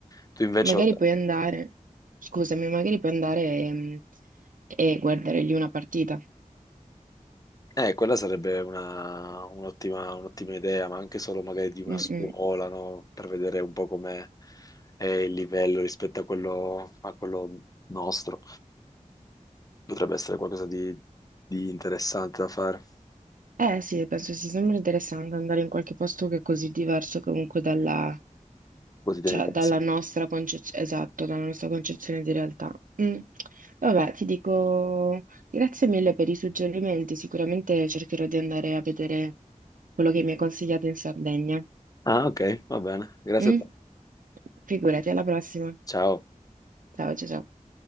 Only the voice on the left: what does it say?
Tu invece...
Eh, quella sarebbe una- un'ottima un'ottima idea, ma anche solo magari di una
scuola,
no? Per vedere un po' com'è è il livello rispetto a quello, a quello nostro. Potrebbe essere qualcosa di, di interessante da fare,
così te
ne pensi.
Ah, ok, va bene. Grazie
a te.
Ciao.